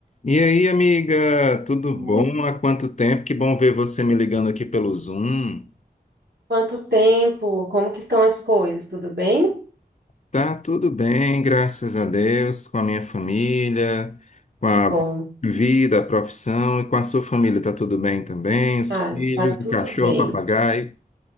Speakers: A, on the left (about 45°); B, on the right (about 80°).
A: E aí, amiga, tudo bom?
B: Oi.
A: Há quanto tempo? Que bom ver você me ligando aqui pelo Zoom.
B: Quanto tempo? Como que estão as coisas? Tudo bem?
A: Tá tudo bem, graças a Deus, com a minha família, com
B: Que
A: a
B: bom.
A: vida, a profissão e com a sua família. Tá tudo bem também? Os
B: Ah,
A: filhos,
B: tá tudo
A: o cachorro,
B: bem.
A: o papagaio.